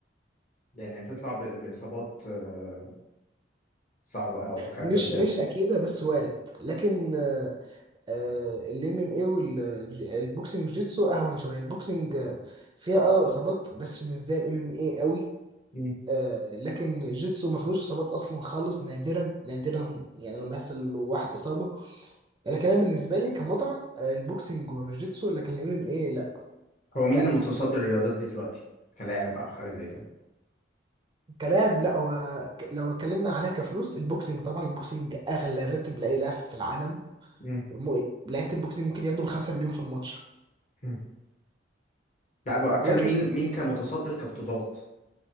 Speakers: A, on the left; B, on the right.
A: يعني هتطلع ب- باصابات آه، صعبه او ك-
B: مش
A: كبدايه
B: مش اكيده بس وارد لكن آه، آه، ال ام ام اي والبوكسنج جيتسو اهون شويه البوكسنج آه، فيها اه اصابات بس مش زي الام ام اي قوي
A: مم.
B: آه، لكن الجيتسو ما فيهوش اصابات اصلا خالص نادرا نادرا يعني لما يحصل له واحد اصابه لكن انا بالنسبه لي كمتعه آه، البوكسنج والجيتسو لكن الام ام اي لا
A: هو مين
B: لا
A: المتصدر
B: الصح
A: الرياضات دي دلوقتي كلاعب او حاجه زي كده
B: كلام لا هو ك- لو اتكلمنا عليها كفلوس البوكسنج طبعا البوكسنج اغلى راتب لاي لاعب في العالم
A: مم.
B: الم- لعيبه البوكسنج ممكن ياخدوا بخمسة مليون في الماتش
A: مم. لا بتكلم
B: لكن
A: مين مين كمتصدر كبطولات